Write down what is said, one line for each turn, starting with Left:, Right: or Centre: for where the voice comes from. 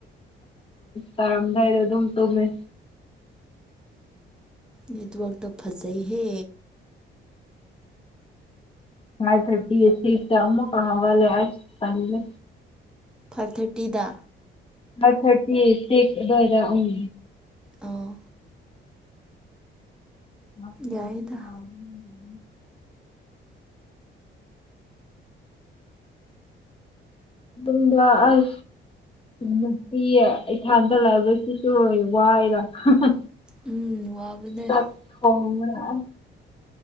Left: ꯇꯥꯔꯝꯗꯥꯏꯗ ꯑꯗꯨꯝ ꯇꯨꯝꯃꯦ
Centre: ꯅꯦꯠꯋꯥꯛꯇꯣ ꯐꯖꯩꯍꯦ
Left: ꯐꯥꯏꯚ ꯐꯤꯐꯇꯤ ꯁꯤꯛꯁꯇ ꯑꯃꯨꯛꯀ ꯍꯧꯒꯠꯂꯦ ꯑꯁ ꯇꯜꯂꯦ
Centre: ꯐꯥꯏꯐ ꯊ꯭ꯔꯇꯤꯗ
Left: ꯐꯥꯢꯚ ꯊꯔꯇꯤ ꯁꯤꯛꯁ ꯑꯗꯨꯋꯥꯢꯗ ꯎꯝ
Centre: ꯑꯣ
Left: <unintelligible>
Centre: ꯌꯥꯏꯗ
Left: ꯗꯨꯝꯗ ꯑꯩ ꯅꯨꯄꯤ ꯑꯩꯊꯟꯗ ꯂꯩꯕꯒꯤꯁꯨ ꯋꯥꯏꯌꯦꯗ ꯍꯥꯍꯥ
Centre: ꯎꯝ ꯋꯥꯕꯅꯦ
Left: ꯆꯥꯛ ꯊꯣꯡꯕ ꯑꯏ